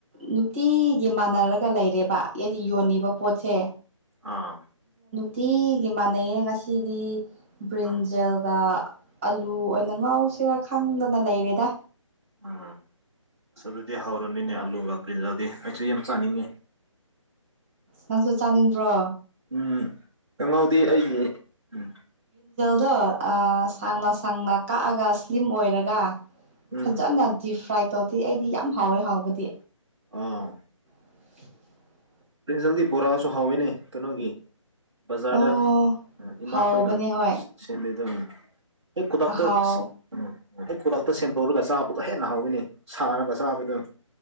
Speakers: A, on the right (about 25°); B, on the right (about 55°).
A: ꯅꯨꯡꯇꯤꯒꯤ ꯃꯥꯟꯅꯔꯒ ꯂꯩꯔꯦꯕ ꯑꯩꯗꯤ ꯌꯣꯜꯂꯤꯕ ꯄꯣꯠꯁꯦ
B: ꯑꯥ
A: ꯇꯤꯒꯤ ꯃꯥꯟꯅꯩꯌꯦ ꯉꯁꯤꯗꯤ ꯕ꯭ꯔꯤꯟꯖꯦꯜꯒ
B: ꯑꯥ
A: ꯑꯂꯨ ꯑꯣꯏꯅ ꯉꯥꯎꯁꯤ ꯁꯤꯔ ꯈꯪꯗꯅ ꯂꯩꯔꯦꯗ
B: ꯑ ꯑꯁ ꯑꯗꯨꯗꯤ ꯍꯧꯥꯎꯔꯅꯤꯅꯦ ꯑꯂꯨ ꯄ꯭ꯔꯤꯟꯖꯗꯤ ꯑꯩꯁꯨ ꯌꯥꯝ ꯆꯥꯅꯤꯡꯉꯤ
A: ꯅꯪꯁꯨ ꯆꯥꯅꯤꯡꯕ꯭ꯔꯣ
B: ꯎꯝ ꯀꯪꯂꯥꯎꯗꯤ ꯑꯩꯗꯤ ꯎꯝ
A: ꯑꯗꯣ ꯁꯥꯡꯅ ꯁꯥꯡꯅ ꯀꯛꯑꯒ ꯁ꯭ꯂꯤꯝ ꯑꯣꯏꯔꯒ
B: ꯎꯝ
A: ꯐꯖꯅ ꯗꯤꯞ ꯐ꯭ꯔꯥꯏ ꯇꯧꯗꯦ ꯑꯩꯗꯤ ꯌꯥꯝ ꯍꯥꯎꯋꯦ ꯍꯥꯎꯕꯗꯤ
B: ꯑꯥ
A: <unintelligible>
B: ꯄ꯭ꯔꯤꯟꯖꯜꯗꯤ ꯕꯣꯔꯥꯁꯨ ꯍꯥꯎꯋꯦꯅꯦ ꯀꯩꯅꯣꯒꯤ ꯕꯖꯥꯔꯗ
A: ꯑꯣ
B: ꯏꯃꯥꯈꯣꯏꯅ
A: ꯍꯥꯎꯕꯅꯦ ꯍꯣꯏ
B: ꯁꯦꯝꯕꯤꯗꯕꯅꯤ ꯑꯩ ꯈꯨꯗꯛꯇ
A: ꯍꯥꯎ
B: ꯎꯝ ꯑꯩ ꯈꯨꯗꯇ ꯁꯦꯟꯗꯣꯛꯔꯒ ꯆꯥꯕ ꯑꯗꯨꯣ ꯍꯦꯟꯅ ꯍꯥꯎꯋꯤꯅꯦ ꯁꯥꯔꯒ ꯆꯥꯕꯗꯨꯅ